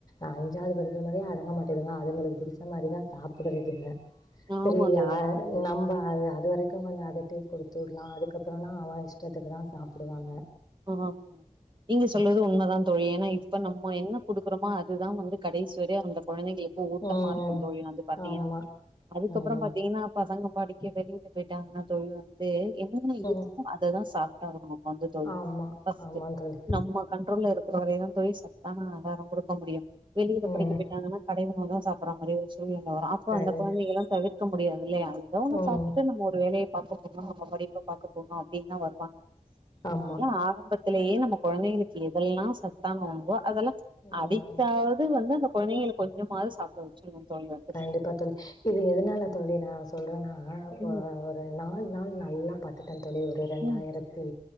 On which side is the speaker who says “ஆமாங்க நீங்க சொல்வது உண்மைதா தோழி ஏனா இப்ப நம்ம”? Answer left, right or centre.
Right